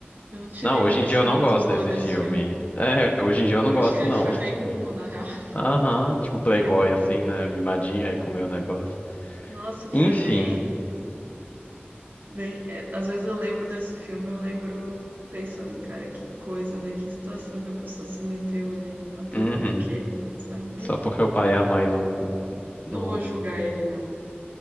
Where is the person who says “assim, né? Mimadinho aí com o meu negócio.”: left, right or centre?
Left